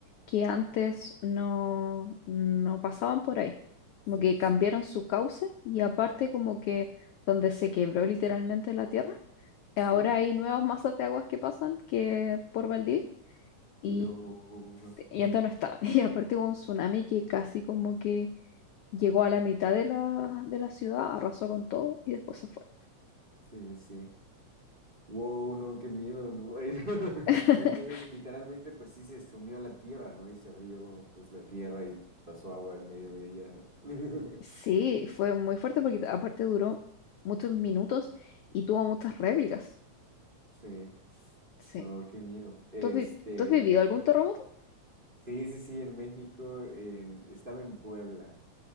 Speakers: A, on the left; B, on the right.
A: que antes no, no pasaban por ahí.
B: Sí,
A: Como que
B: sí,
A: cambiaron
B: sí.
A: su cauce y aparte como que donde se quebró literalmente la tierra,
B: Sí.
A: ahora hay nuevas masas de aguas que pasan que por Valdivia y,
B: No.
A: y
B: Ajá.
A: antes no estaban. <laughs> Y aparte hubo un tsunami que casi como que llegó a la mitad de la, de la ciudad, arrasó con todo y después se fue.
B: Sí, sí, sí. Wow, no, qué miedo, ¿no? <laughs>
A: <laughs>
B: Pero entonces, literalmente, pues sí se sumió a la tierra, ¿no? Y se abrió, pues, la tierra y pasó agua en medio de ella. <laughs>
A: Sí, fue muy fuerte porque aparte duró muchos minutos y tuvo muchas réplicas.
B: Sí,
A: Sí.
B: no, qué miedo. Este,
A: ¿Tú has, vi- tú has vivido algún
B: ajá.
A: terremoto?
B: sí, sí, sí, en México, en- estaba en Puebla